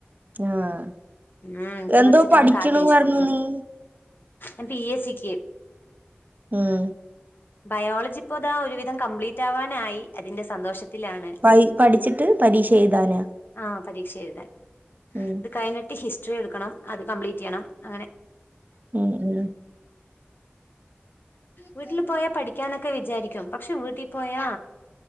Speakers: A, on the right (about 45°); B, on the left (about 55°).
A: ആഹ്
B: ഉം കീറിച്ചിട്ടവൻ
A: എന്തോ പഠിക്കണു
B: കാറ്റ് വീശി
A: പറഞ്ഞു
B: കൊടുക്കുണു
A: നീ
B: ഞ പി എസിക്ക്
A: ഉം
B: ബയോളജിപ്പതാ ഒരുവിധം കംപ്ലീറ്റാവാനായി അതിന്റെ സന്തോഷ ത്തിലാണ്
A: പ പഠിച്ചിട്ട് പരീക്ഷ എഴുതാനാ
B: ആ പരീക്ഷേയ്താൻ
A: ഉം
B: ത് കഴ്ഞ്ഞിട്ട് ഹിസ്ട്രി എട്ക്കണം അത് കംപ്ലീറ്റിയ്യണം അങ്ങനെ
A: ഉം ഉം
B: വീട്ടില് പോയാ പഠിക്കാനൊക്കെ വിചാരിക്കും പക്ഷെ വീട്ടി പോയാ